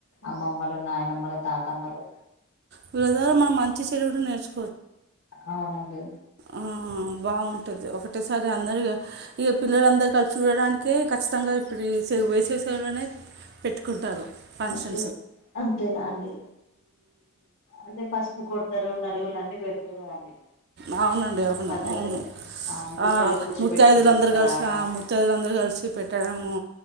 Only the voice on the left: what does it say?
అమ్మమ్మలు నాయనమ్మలు తాతమ్మలు
అవునండి
అంతే అంతేనా అండి అదే పసుపు కొడతారు నలుగుల అన్ని పెడతారు కదండి
పద్ధతుల్లో
అవును బుట్టలో
కూర్చోబెట్టుకొని
తీసుకురావడం